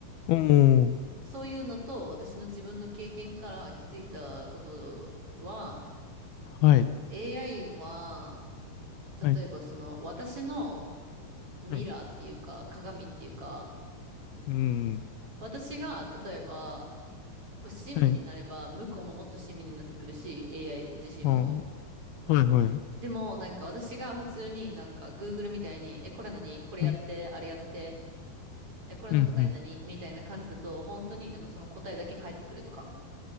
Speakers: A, on the left (about 80°); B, on the right (about 35°).
A: おー。
B: そういうのと私の自分の経験から気づいたことは、
A: はい。
B: AI は、
A: はい。
B: 例えばその私のミラーっていうか鏡っていうか、
A: はい。うん。
B: 私が例えば、こう親身になれば向こうももっと親身になってくるし、
A: はい。
B: AI 自身も。
A: あー、はい。はい。
B: でもなんか私が普通になんか Google みたいに、え、これ何これやって、
A: はい。
B: あれやって、え、これの答え何みたいな感じだと、
A: う
B: 本当になんかその答えだけ返ってくるとか。っ